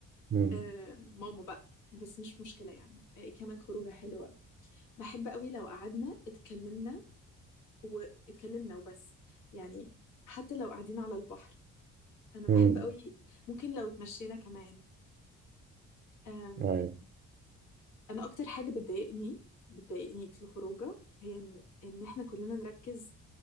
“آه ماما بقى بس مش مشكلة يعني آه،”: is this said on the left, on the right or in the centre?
Left